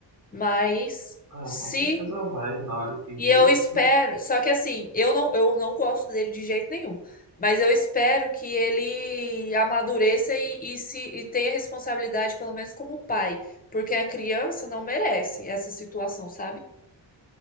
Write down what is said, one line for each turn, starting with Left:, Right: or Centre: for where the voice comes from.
Left: Mas
Right: Ah,
Left: se.
Right: com certeza vai, na hora que vê.
Left: E eu espero.
Right: Hum,
Left: Só que assim, eu não, eu não gosto dele de jeito nenhum. Mas eu espero que ele amadureça e, e se, e tenha responsabilidade, pelo menos como pai. Porque a criança não merece essa situação, sabe?